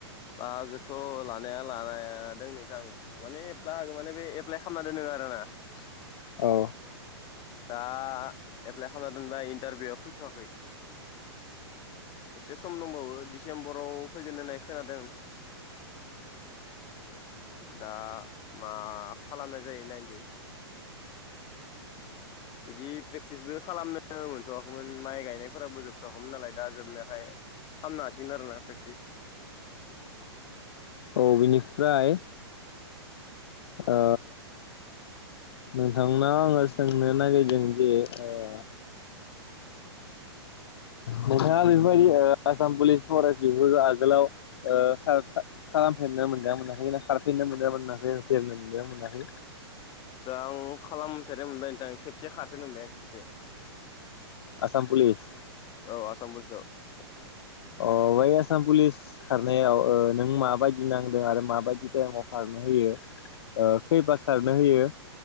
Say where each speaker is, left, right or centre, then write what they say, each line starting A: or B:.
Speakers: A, on the left; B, on the left.
A: बाहागोथ लानाया लानायादों नोंथां माने बाहागो माने बे एप्लाइ खालामना दोनदों बारनाा <unintelligible>
B: औ
A: दा एप्लाइ खालामना दोनबाय इन्टारभिउआ फैथ'वाखै एसे सम दंबावो दिडिसेम्बराव फैगोन होननाय खोनादों दा मा खालामनाय जायो नायनोसै बिदि प्रेक्टिसबो खालामनो मोनथ'वाखैमोन माइ गायनायफोराबो जोबथा हमोन नालाय दा जोबनायखाय खालामनो हासिगोन आरोना प्रेकटिस लांदां
B: औ बिनिफ्राय ओ नोंथांनाव आङो सोंनो नागिरदों जे ओ नोंथांआ बेफोरबायदिओ
A: औ
B: आसाम पुलिस फरेस्ट बेफोरखौ आगोलाव ओ खालामफेरनो मोनदोंना मोनाखै ना खारफेरनो मोनजा मोनाखै फेरनो मोनदोंना मोनाखै
A: आदसा आं खालामफेरनो मोनबाय नोंथां खेबसे खारफेरनो मोनबाय आं खेबसे
B: आसाम पुलिस
A: औ आसाम फुलिसाव
B: अ वाय आसाम पुलिस खारनायाव नों माबायदि नांदों आरो माबायदि टाइमाव खारनो होयो ओ खैबार खारनो होयो